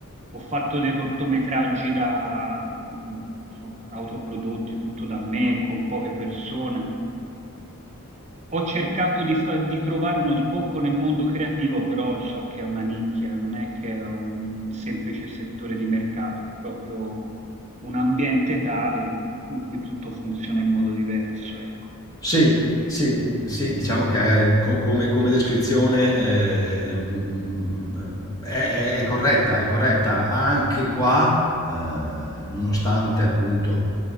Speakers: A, on the right (about 30°); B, on the left (about 15°).
A: ho fatto dei cortometraggi da, mh, insomma, autoprodotti, tutto da me, con poche persone. Ho cercato di, fa- di trovare uno sbocco nel mondo creativo, però so che è una nicchia, non è che è un semplice settore di mercato, è proprio un ambiente tale in, in cui tutto funziona in modo diverso, ecco.
B: Sì, sì, sì, diciamo che eh, co- come, come descrizione eh, mm, mm, eh, è, è corretta, è corretta. Anche qua, eh, nonostante appunto